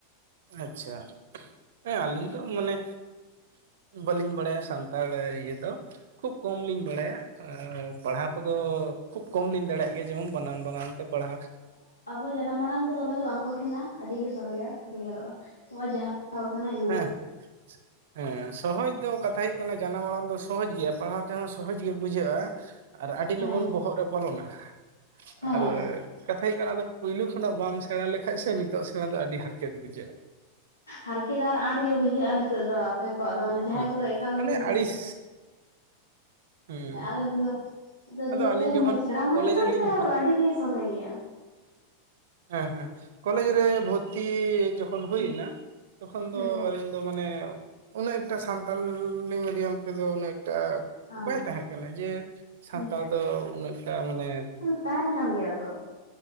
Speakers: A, on the right; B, on the left.
A: ᱟᱪᱪᱷᱟ, ᱦᱮᱸ ᱟᱹᱞᱤᱧ ᱫᱚ ᱢᱟᱱᱮ ᱵᱟᱹᱞᱤᱧ ᱵᱟᱲᱟᱭᱟ ᱥᱟᱱᱛᱟᱲ ᱤᱭᱟᱹ ᱫᱚ ᱠᱷᱩᱵ ᱠᱚᱢ ᱞᱤᱧ ᱵᱟᱲᱟᱭᱟ᱾ ᱟᱹᱻ ᱯᱟᱲᱦᱟᱣ ᱠᱚᱫᱚ ᱠᱷᱩᱵ ᱠᱚᱢ ᱞᱤᱧ ᱫᱟᱲᱮᱭᱟᱜ ᱜᱮᱭᱟ ᱡᱮᱢᱚᱱ ᱵᱟᱱᱟᱱ ᱵᱟᱱᱟᱱ ᱛᱮ ᱯᱟᱲᱦᱟᱣ
B: ᱦᱳᱭ ᱡᱟᱱᱟᱢ ᱢᱟᱲᱟᱝ ᱫᱚᱢᱮ ᱫᱚ ᱵᱟᱝ ᱠᱚᱴᱷᱤᱱᱟ ᱟᱹᱰᱤ ᱜᱮ ᱥᱚᱦᱚᱡᱟ ᱵᱷᱮᱜᱟᱨᱚᱜᱼᱟ ᱱᱚᱜ-ᱚᱭ ᱡᱟᱦᱟᱸ ᱨᱚᱲ ᱠᱟᱱᱟᱹᱧ
A: ᱦᱮᱸ ᱦᱮᱸ ᱥᱚᱦᱚᱡᱽ ᱫᱚ ᱠᱟᱛᱷᱟ ᱦᱩᱭᱩᱜ ᱠᱟᱱᱟ ᱡᱟᱱᱟᱢ ᱟᱲᱟᱝ ᱫᱚ ᱥᱚᱦᱚᱡᱽ ᱜᱮᱭᱟ ᱯᱟᱲᱦᱟᱣ ᱛᱮᱦᱚᱸ ᱥᱚᱦᱚᱡᱽ ᱜᱮ ᱵᱩᱡᱷᱟᱹᱜᱼᱟ᱾ ᱟᱨ ᱟᱹᱰᱤ
B: ᱦᱮᱸ
A: ᱞᱚᱜᱚᱱ ᱵᱚᱦᱚᱜ ᱨᱮ ᱵᱚᱞᱚᱱᱟ,
B: ᱦᱮᱸ
A: ᱟᱨ ᱠᱟᱛᱷᱟ ᱦᱩᱭᱩᱜ ᱠᱟᱱᱟ ᱟᱫᱚ ᱯᱩᱭᱞᱩ ᱠᱷᱚᱱᱟᱜ ᱵᱟᱢ ᱥᱮᱬᱟ ᱞᱮᱠᱷᱟᱡ ᱥᱮ ᱱᱤᱛᱚᱜ ᱥᱮᱬᱟ ᱫᱚ ᱟᱹᱰᱤ ᱦᱟᱨᱠᱮᱛ ᱵᱩᱡᱷᱟᱹᱜᱼᱟ᱾
B: ᱦᱟᱨᱠᱮᱛ ᱟᱨ ᱟᱸᱴ ᱜᱮ ᱵᱩᱡᱷᱟᱹᱜᱼᱟ ᱱᱤᱛᱚᱜ ᱫᱚ ᱟᱯᱮ ᱠᱚᱣᱟᱜ ᱫᱚ ᱢᱟᱱᱮ ᱡᱟᱦᱟᱸᱭ
A: ᱦᱮᱸ
B: ᱠᱚᱫᱚ ᱮᱠᱟᱞ ᱢᱟᱱᱮ
A: ᱟᱹᱲᱤᱥ ᱦᱮᱸ
B: ᱟᱞᱚᱢ <inaudible> ᱟᱫᱚ ᱫᱤᱭᱮ
A: ᱟᱹᱞᱤᱧ
B: ᱯᱨᱨᱟᱭ
A: ᱡᱚᱠᱷᱚᱱ
B: ᱥᱮᱬᱟ ᱢᱚᱱᱮ
A: ᱠᱚᱞᱮᱡᱽ
B: ᱞᱮᱠᱷᱟᱱ
A: ᱨᱮᱞᱤᱧ
B: ᱫᱚ ᱥᱮᱬᱟ
A: ᱵᱷᱚᱨᱛᱤ
B: ᱜᱚᱫᱚᱜ-ᱟᱹᱰᱤ ᱜᱮ ᱥᱚᱞᱦᱮ ᱜᱮᱭᱟ᱾
A: ᱦᱮᱸ ᱦᱮᱸ ᱠᱚᱞᱮᱡᱽ ᱨᱮ ᱵᱷᱚᱨᱛᱤ ᱡᱚᱠ ᱠᱷᱚᱱ ᱦᱩᱭᱮᱱᱟ
B: ᱦᱩᱸ
A: ᱛᱚᱠᱷᱚᱱ ᱦᱩᱭ ᱮᱱᱟ ᱛᱚᱠᱷᱚᱱ
B: ᱦᱩᱸ
A: ᱫᱚ ᱟᱹᱞᱤᱧ ᱫᱚ ᱢᱟᱱᱮ ᱩᱱᱟᱜ ᱮᱠᱴᱟ ᱥᱟᱱᱛᱟᱞᱤ ᱢᱤᱰᱤᱭᱟᱢ ᱛᱮᱫᱚ ᱩᱱᱟᱜ ᱮᱠᱴᱟ
B: ᱚ
A: ᱵᱟᱭ ᱛᱟᱦᱮᱸ ᱠᱟᱱᱟ ᱡᱮ ᱥᱟᱱᱛᱟᱲ
B: ᱦᱩᱸ
A: ᱫᱚ ᱩᱱᱟᱹᱜᱴᱟ ᱢᱟᱱᱮ
B: ᱛᱟᱸᱦᱮᱱ ᱠᱟᱱ ᱜᱮᱭᱟ ᱛᱚ᱾